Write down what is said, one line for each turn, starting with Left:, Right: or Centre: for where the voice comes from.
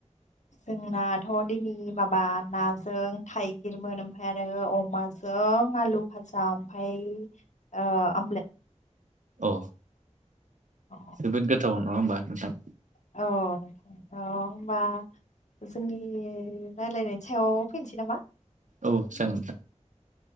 Left: जोंनाथ' दिनै माबा नाजों थाइगिरमोन ओमफ्राय आरो अमाजों जों आलु फाजा ओमफफ्राय आमलेट।
Right: औ
Left: अ
Right: जोबोद गोथावाव नंङा होमबा नोंथां।
Left: औ नोंथां औ होनबा। जोंनि राय्लायनायनि सायाव फैनोसै नामा
Right: औ जागोन।